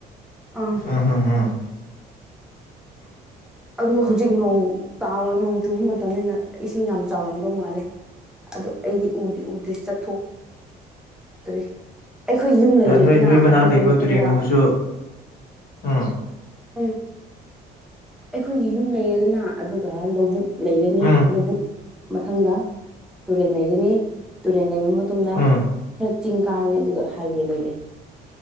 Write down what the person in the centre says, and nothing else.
ꯑꯥ
ꯑꯗꯨ ꯍꯧꯖꯤꯛ ꯅꯣꯡ ꯇꯥꯕ ꯅꯣꯡ ꯆꯨꯕ ꯃꯇꯝꯅꯤꯅ ꯏꯁꯤꯡ ꯌꯥꯝ ꯆꯥꯎꯔꯝꯗꯧ ꯃꯥꯜꯂꯦ ꯑꯗꯨ ꯑꯩꯗꯤ ꯎꯗꯤ ꯎꯗ꯭ꯔꯤ ꯆꯠꯊꯣꯛꯇ꯭ꯔꯤ ꯑꯩꯈꯣꯏ ꯌꯨꯝ ꯂꯩꯔꯦꯗꯅ
ꯑꯗꯨꯒꯤ
ꯃꯇꯨꯡꯗ
ꯎꯝ ꯑꯩꯈꯣꯏꯒꯤ ꯌꯨꯝ ꯂꯩꯔꯦꯗꯅ ꯑꯗꯨꯒ ꯂꯧꯕꯨꯛ ꯂꯩꯔꯅꯤ
ꯂꯕꯨꯛ ꯃꯊꯪꯗ ꯇꯨꯔꯦꯜ ꯂꯩꯔꯅꯤ ꯇꯨꯔꯦꯟ ꯂꯩꯕ ꯇꯨꯡꯗ
ꯈꯔ ꯆꯤꯡ ꯀꯥꯔꯅꯤ ꯑꯗꯨꯒ ꯍꯥꯏꯋꯦ ꯂꯩꯔꯦ